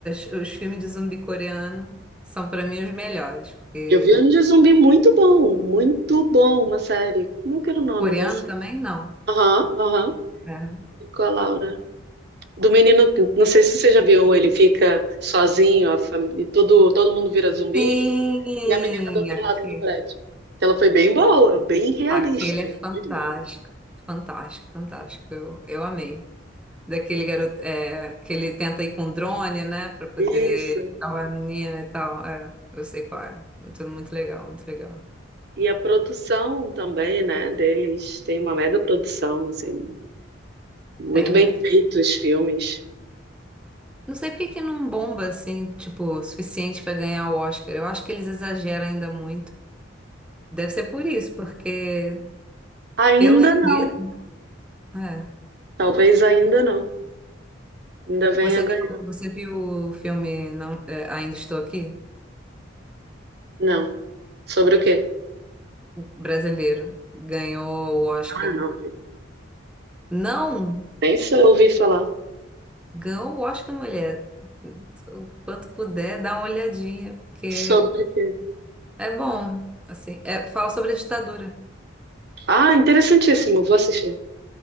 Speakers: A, in the centre; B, on the right (about 50°).
A: as- os filmes de zumbi coreano são pra mim os melhores, porque
B: Eu vi um de zumbi muito bom, muito bom, uma série. Como é que era o nome
A: coreano
B: dessa?
A: também não.
B: Aham, aham.
A: né?
B: Com a Laura. Do menino, que- não sei se você já viu, ele fica sozinho, a família, todo, todo mundo vira zumbi,
A: Sim,
B: e a menina tá do outro
A: aqui,
B: lado do prédio. Ela foi bem boa, bem realista,
A: aquele é fantástico,
B: muito boa.
A: fantástico, fantástico. Eu, eu amei. Daquele garoto é, que ele tenta ir com drone, né, Pra poder
B: Isso.
A: salvar a menina e tal. É, eu sei qual é. Muito, muito legal, muito legal.
B: E a produção também, né, deles tem uma mega produção, assim, muito
A: Tem
B: bem
A: mesmo.
B: feitos os filmes.
A: Não sei por que que não bomba assim, tipo, o suficiente pra ganhar o Oscar. Eu acho que eles exageram ainda muito. Deve ser por isso, porque
B: Ainda
A: pelo enredo,
B: não,
A: é.
B: talvez ainda não. Ainda venha
A: Você
B: a ganhar.
A: viu, você viu o filme não, é, Ainda Estou Aqui?
B: Não. Sobre o quê?
A: O brasileiro ganhou o Oscar.
B: Ah, não. vi.
A: Não,
B: Nem se eu ouvi falar.
A: ganhou o Oscar, mulher. O quanto puder, dá uma olhadinha, porque
B: Sobre o quê?
A: é bom, assim, é, fala sobre a ditadura.
B: Ah, interessantíssimo, vou assistir.